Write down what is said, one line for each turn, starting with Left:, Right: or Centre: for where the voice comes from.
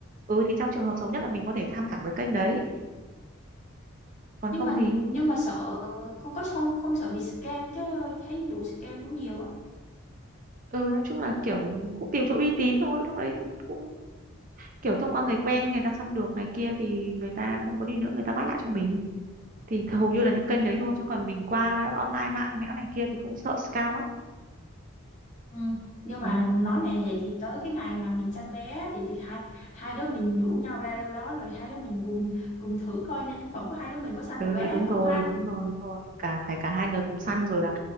Right: ừ thì trong trường hợp xấu nhất là mình có thể tham khảo cái kênh đấy còn
Left: nhưng
Right: không
Left: mà
Right: thì
Left: nhưng mà sợ có có không không sợ bị scam chứ thấy vụ scam cũng nhiều á
Right: ừ nói chung là kiểu cũng tìm chỗ uy tín thôi lúc đấy cũng kiểu thông qua người quen người ta săn được này kia thì người ta không có đi nữa người ta bắt lại cho mình thì hầu như là những kênh đấy
Left: ừ.
Right: thôi chứ còn mình qua online mạng mẽo này kia thì cũng sợ scam lắm
Left: Ừ. nhưng
Right: Ừ.
Left: mà nói nè vậy thì tới cái ngày mà mình sanh vé vậy thì hai hai đứa mình rủ nhau ra đâu đó rồi hai đứa mình cùng cùng thử coi nhân phẩm của hai đứa mình có sanh
Right: Ừ
Left: được vé hay
Right: đúng
Left: không
Right: rồi,
Left: ha
Right: đúng rồi, đúng rồi. Cả phải cả hai người cùng săn rồi là